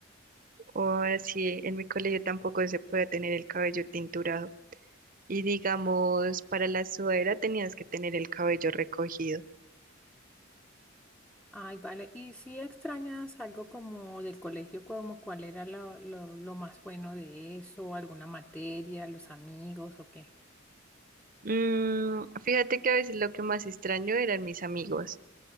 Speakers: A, on the right; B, in the centre.
A: o así en mi colegio tampoco se podía tener el cabello tinturado. Y digamos, para la sudadera tenías que tener el cabello recogido.
B: Ay, vale. ¿Y si extrañas algo como del colegio, como cuál era lo, lo, lo más bueno de eso, alguna materia, los amigos o qué?
A: Mm, fíjate que a veces lo que más extraño eran mis amigos,